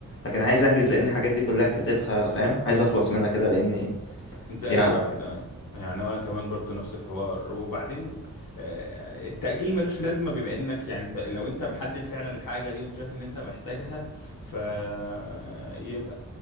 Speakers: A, on the left; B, on the left.
A: لكن عايز انجز لان الحاجات دي كلها كاتبها فاهم عايز اخلص منها كده لاني
B: زائد
A: يعني
B: واحد آه. يعني وانا كمان برضو نفس الحوار وبعدين آه، التأجيل ملوش لازمة بما انك يعني ت- لو انت محدد فعلا الحاجة دي وانت شايف ان انت محتاجها فيبقى